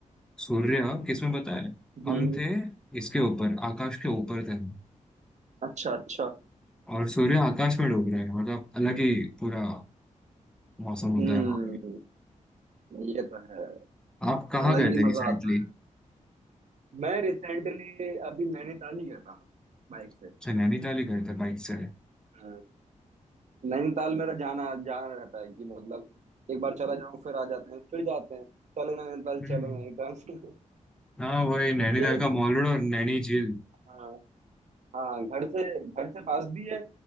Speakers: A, in the centre; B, on the right.
A: सूर्य किसमें पता है
B: हम्म
A: हम थे इसके ऊपर आकाश के ऊपर थे
B: अच्छा अच्छा
A: और सूर्य आकाश में डूब रहे हैं मतलब अलग ही पूरा मौसम होता
B: हम्म
A: है वहाँ
B: ये तो है
A: आप कहाँ
B: अलग
A: गए
B: ही
A: थे
B: मजा
A: रिसेंटली
B: आता मैं रिसेंटली अभी नैनीताल ही गया था बाइक से
A: अच्छा नैनीताल ही गए थे बाइक से
B: अ, नैनीताल मेरा जाना जाना रहता है कि मतलब एक बार चला जाऊं फिर आ जाते हैं फिर जाते हैं चलो नैनीताल
A: हम्म
B: चलो नैनीताल <laughs>
A: हाँ वही नैनीताल
B: ये घर
A: का मॉल रोड और नैनी झील
B: हाँ हाँ घर से घर से पास भी है